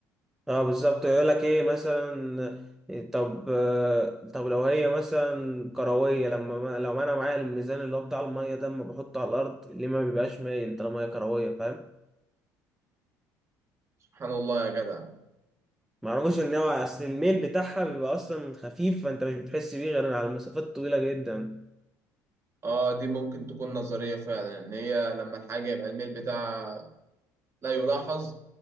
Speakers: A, in the centre; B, on the right.
A: اه بالظبط يقول لك ايه مثلا طب طب لو هي مثلا كرويه لما ما- لو انا معايا الميزان اللي هو بتاع الميه ده لما بحطه على الارض ليه ما بيبقاش مايل طالما هي كرويه فاهم
B: سبحان الله يا جدع
A: ما اعرفش ان هو اصل الميل بتاعها بيبقى اصلا خفيف فانت مش بتحس بيه غير على المسافات الطويله جدا
B: اه دي ممكن تكون نظرية فعلا ان هي لما الحاجة يبقى الميل بتاعها لا يلاحظ